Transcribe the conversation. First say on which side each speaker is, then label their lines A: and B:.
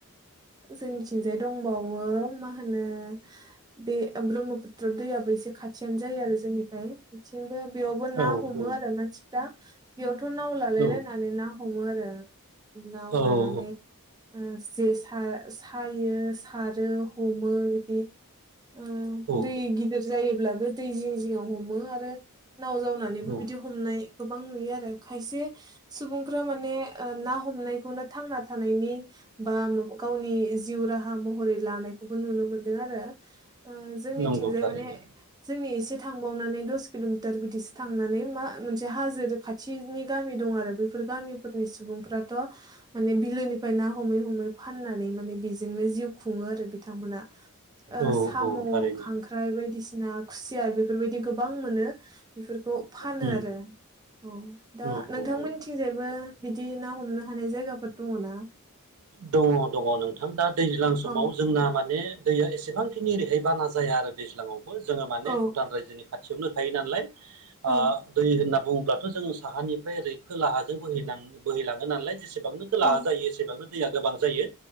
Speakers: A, on the right (about 20°); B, on the right (about 70°).
A: जों निथिंजाय दं। बावो मा होनो बे ब्रह्मपुत्र दैयाबो एसे खाथियानो जायो। आरो जोंनि, फ्राय मिथिंबो, बेयावबो
B: औ
A: ना
B: औ
A: हमो
B: औ
A: आरो मानसिफ्रा बेयावथ' नाव लालाय
B: औ
A: लायनानै ना हमो आरो नाव
B: औ
A: लानानै जे सा सायो। सारो हमो बिदि ओ
B: औ
A: दै गिदिर जायोब्लाबो बे दै जिं जिङाव हमो आरो नाव जावनानैबो
B: औ औ
A: बिदि हमनाय गोबां नुयो आरो खायसे सुबुंफ्रा माने ना हमनायखौनो थांना था नायनि बा गावनि जिउ राहा म हरै लानायखौबो नुनो मोनदों आरो ओ जोंनिथिंजाय
B: नंगौ थारैनो
A: माने जोंनि एसे थांबावनानै दस किल'मिटार‌ बिदिसो थांनानै मा मोनसे हाजो खाथिनि गामि दं आरो बेफोर गामिफोरनि सुबुंफ्राथ' माने बिलोनिफ्राय ना हमै-हमै फाननानै माने बेजोंनो जिउ खुङो आरो बिथांमोना
B: औ
A: साम'
B: औ थारैनो
A: खांख्राइ बायदिसिना खुसिया बेफोरबायदि गोबां मोनो बेफोरखौ फानो
B: उम
A: आरो औ दा
B: औ
A: नोंथांमोननिथिंजायबो
B: औ औ
A: बिदि ना हमनो हानाय जायगाफोर दङ ना
B: दङ दङ नोंथां दा दैज्लां समाव
A: औ
B: जोंना माने दैया एसेबांखिनि ओरैहाय बाना जाया आरो दैज्लांआवबो जोङो माने
A: औ
B: भुटान रायजोनि खाथियावनो थायो नालाय
A: औ
B: ओ दै होनना बुङोब्लाथ' जोङो साहानिफ्राय ओरै खोलाहाजों बोहै बोहैलाङो नालाय जेसेबांनो खोलाहा
A: औ
B: जायो एसेबांनो दैया गोबां जायो